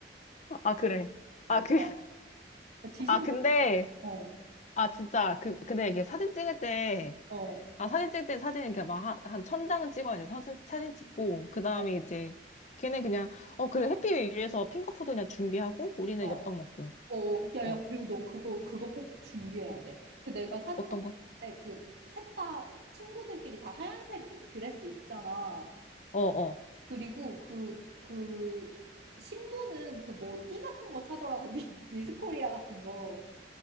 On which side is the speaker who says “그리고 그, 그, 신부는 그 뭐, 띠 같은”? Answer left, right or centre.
Right